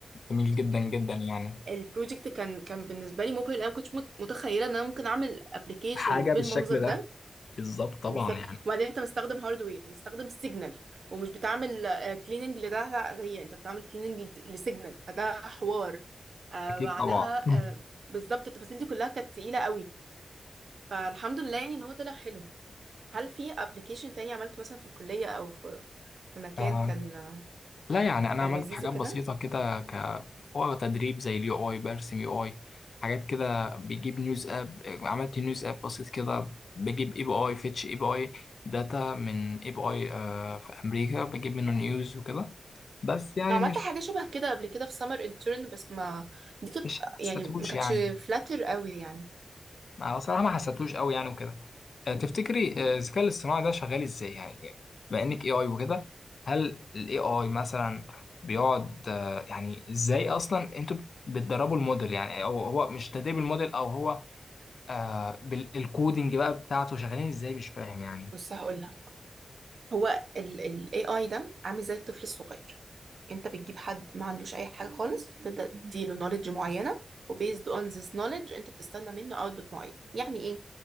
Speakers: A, on the left; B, on the right.
A: جميل جدا جدا يعني
B: فالبروجكت كان كان بالنسبه لي مبهر لأن انا ما كنتش مت- متخيله ان انا ممكن اعمل ابلكيشن
A: حاجه
B: بالمنظر
A: بالشكل ده
B: ده
A: بالظبط طبعا
B: بالظبط
A: يعني
B: وبعدين انت مستخدم هاردوير مستخدم سيجنال ومش بتعمل كليننج لده هي انت بتعمل كليننج لسيجنال فده حوار آه
A: اكيد
B: بعدها
A: طبعا <laughs> مم.
B: آه بالظبط التفاصيل دي كلها كانت تقيلة قوي فالحمد لله يعني ان هو طلع حلو هل في ابلكيشن تاني عملت مثلا في الكلية او في في مكان
A: آه
B: كان
A: لا يعني انا
B: كان
A: عملت
B: لذيذ
A: حاجات
B: وكده
A: بسيطه كده ك هو تدريب زي اليو اي برسم يو اي حاجات كده بيجيب نيوز اب عملت نيوز اب بسيط كده بجيب اي بي اي فيتش اي بي اي داتا من اي بي اي آه في امريكا بجيب منه نيوز وكده بس يعني
B: عملت
A: مش
B: حاجة شبه كده قبل كده في سمر انترن بس ما دي كانت
A: مش حسيتهوش
B: يعني ما كانتش
A: يعني
B: فلاتر قوي يعني
A: أنا صراحة ما حسيتهوش قوي يعني وكده آه، تفتكري آه، الذكاء الاصطناعي ده شغال ازاي يعني بما انك اي اي وكده هل الاي اي مثلا بيقعد آه، يعني ازاي اصلا انتوا بتدربوا الموديل يعني او هو مش تدريب الموديل او هو آه بالكودينج بقى بتاعته شغالين ازاي مش فاهم يعني
B: بص هقول لك هو ال ال AI ده عامل زي الطفل الصغير انت بتجيب حد ما عندوش اي حاجه خالص بتبدا تديله نوليدج معينه وبيزد اون ذيس نوليدج انت بتستنى منه اوتبوت معين يعني ايه